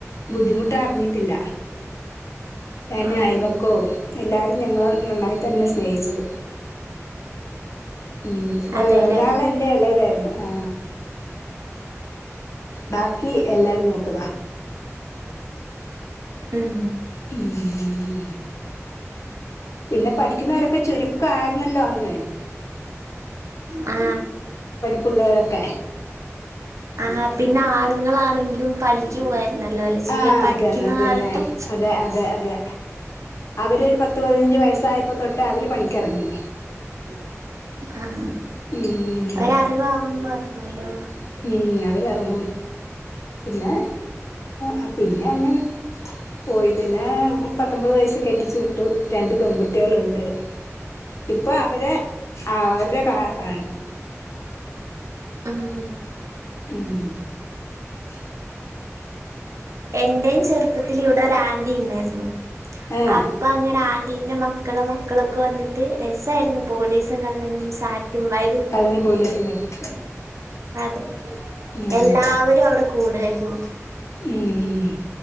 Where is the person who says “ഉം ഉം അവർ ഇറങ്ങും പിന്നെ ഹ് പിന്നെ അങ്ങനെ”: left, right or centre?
Left